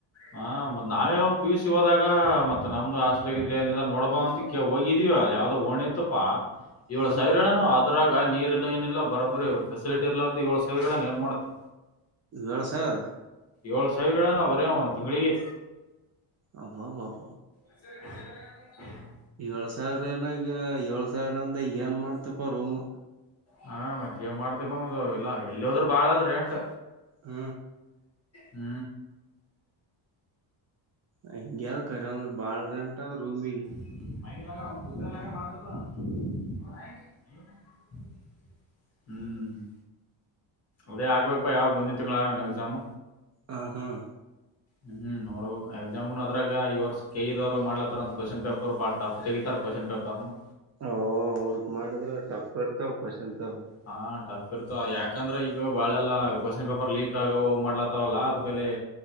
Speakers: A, on the left; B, on the right.
A: ಹ ಮತ್ ನಾವ ಯಾವಾಗ ಪಿ ಯು ಸಿ ಹೋದಾಗ ಮತ್ತೆ ನಮ್ದು ಹಾಸ್ಟೆಲ್ ಇ ಏನಿಲ್ಲ ನೋಡಬಾ ಅಂತ. ಹೋಗಿದೀವಿ ಅ ಯಾವ್ದೋ ಓಣೆಪ್ಪಾ ಏಳು
B: ಹ್ಮ್
A: ಸಾವಿರ ಹೇಳೇನು ಅದ್ರಾಗ ನೀರ್ ಇಲ್ಲ ಏನಿಲ್ಲ ಬರ ಬರಿ ಫಸಿಲಿಟಿ ಇರಲಾರದೆ ಏಳ್ ಸಾವಿರ ಹೇಳಯನ್ ಎನ್ ಮಾಡ್ತಿ.
B: ಏಳ ಸಾವಿರ.
A: ಏಳು ಸಾವಿರ ಹೇಳೋಣ ನಾವು ಬರೇ ಒಂದು ತಿಂಳಿಗೆ.
B: ಅಬ ಅಬ ಬ.
A: <unintelligible>
B: ಏಳು ಸಾವಿರ ಏನಾಗ ಏಳು ಸಾವಿರ ಅಂದ ಏನು ಮಾಡ್ತಪ್ಪ ರೂಮ್.
A: ಹಾ ಮತ್ತೇನ ಮಾಡ್ತಿಪ ಮತ್ತ ಇಲ್ಲ ಎಲ್ಲಿ ಹೋದ್ ಬಾಳ ಅದ ರೆಂಟ್
B: ಹ
A: ಹ್ಮ
B: ಹಂಗೆ ಕರಿ ಅಂದ್ರ ಬಾಳ್ ರೆಂಟವ ರೂಮಿಗ
A: <unintelligible> ಹ್ಮ ಅಡೇ ಆಗ್ಬೇಪಾ ಯಾವಾಗ ಮುಂದಿನ ತಿಂಗಳ ಆಗ ಎಕ್ಸಾಮ್.
B: ಹಾಂ ಹಾಂ
A: ಹ್ಮ ನೋಡ್ಬೇಕ ಎಕ್ಸಾಮನು ಅದ್ರಾಗ ಈ ವರ್ಷ ಕೆಇ ದವ್ರು ಮಾಡ್ತಾರಂತ ಕ್ವೆಶ್ಚನ್ ಪೇಪರ್ ಬಾ ಟಫ್ ತೆಗಿತರ ಕ್ವಶನ್ ಪೇಪರ್. ಪರ್
B: ಓ ಅವ್ರಗ ಮಾಡಿದ್ರ ಟಫ ಇರ್ತಾವ ಕ್ವಶನ್ ಪೇಪರ್.
A: ಹಾ ಟಫ್ ಇರ್ತ ಯಾಕಂದ್ರ ಈಗ ಬಾಳೆಲ್ಲ ಕ್ವೆಶ್ನ್ ಪೇಪರ್ ಲೀಕ್ ಆಗವ ಮಾಡ್ಲತ್ ತವಲ್ಲ ಅದ್ಕಲ್ಲೇ